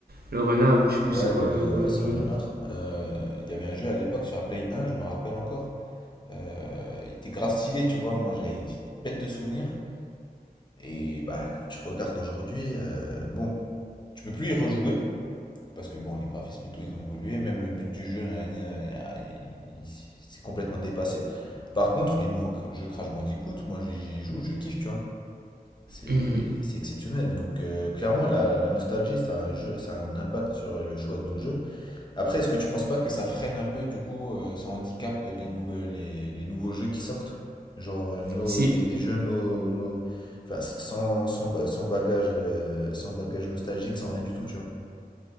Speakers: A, on the right (about 80°); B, on the left (about 30°).
A: le renard, ou je sais plus
B: Ouais,
A: c'est quoi
B: le,
A: euh,
B: ouais,
A: comme animal.
B: c'est un renard. Euh, Il y avait un jeu à l'époque sur la Play 1, je me rappelle encore. Euh, il était grave stylé, tu vois. Moi, j'avais- j'étais bête de souvenirs. Et bah, quand tu regardes aujourd'hui, euh, bon, tu peux plus y rejouer. Parce que bon, les graphismes et tout, ils ont évolué. Même le but du jeu, là, il- il- il- c'est complètement dépassé. Par contre, les nouveaux cr- jeux Crash Bandicoot, moi j'y j'y joue, je kiffe, tu vois. C'est
A: Mhm.
B: c'est exceptionnel. Donc euh, clairement, la, la nostalgie, ça a un jeu, ça a un impact sur le choix de nos jeux. Après, est-ce que tu penses pas que ça freine un peu, du coup, euh, ça handicape les nouvelles, les, les nouveaux jeux qui sortent? Genre euh, nos,
A: Si.
B: des, des jeux nos, nos- enfin, sans, sans, ba- sans bagage, euh, sans bagage nostalgique, sans rien du tout, tu vois.